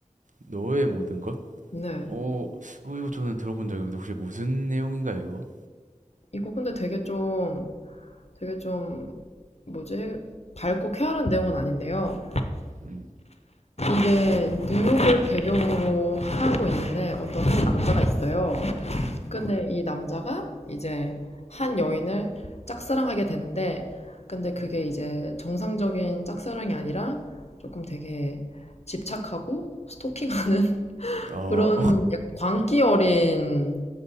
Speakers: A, on the right (about 75°); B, on the left (about 55°).
A: 너의 모든 것?
B: 네.
A: 어, 어, 이거 저는 들어본 적이 없는데 혹시 무슨 내용인가요, 이거?
B: 이거 근데 되게 좀, 되게 좀, 뭐지? 밝고 쾌활한 내용은 아닌데요.
A: 음,
B: 이게 뉴욕을 배경으로 하고 있는데
A: 어,
B: 어떤 한 남자가 있어요. 근데
A: 어,
B: 이 남자가 이제 한 여인을 짝사랑하게 되는데, 근데 그게
A: 음.
B: 이제 정상적인 짝사랑이 아니라 조금 되게 집착하고 스토킹하는 <laughs>
A: 어,
B: 그런 광기 어린